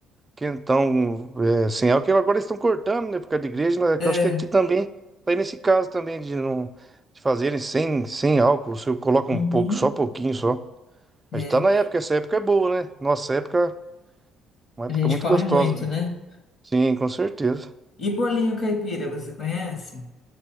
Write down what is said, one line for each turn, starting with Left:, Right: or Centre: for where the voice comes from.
Right: quentão é, sem álcool. Agora eles estão cortando, né? Por causa da igreja, né? que
Left: É.
Right: Eu acho que aqui também, tá aí nesse caso também de não de fazerem sem, sem álcool. Você coloca
Left: Uhum.
Right: um pouco, só pouquinho só.
Left: É.
Right: A gente tá na época, essa época é boa, né? Nossa época, uma época
Left: A gente
Right: muito
Left: come
Right: gostosa.
Left: muito, né?
Right: Sim, com certeza.
Left: E bolinho caipira, você conhece?